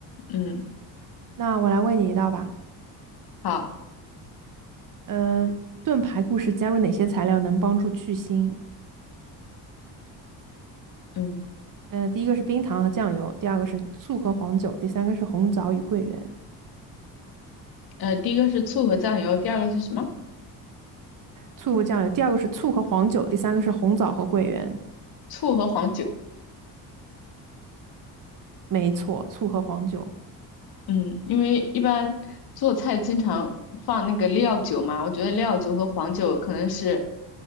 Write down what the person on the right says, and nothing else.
那我来问你一道吧。
嗯，炖排骨时加入哪些材料能帮助去腥？
嗯，第一个是冰糖和酱油，第二个是醋和黄酒，第三个是红枣与桂圆。
醋和酱油，第二个是醋和黄酒，第三个是红枣和桂圆。
没错，醋和黄酒，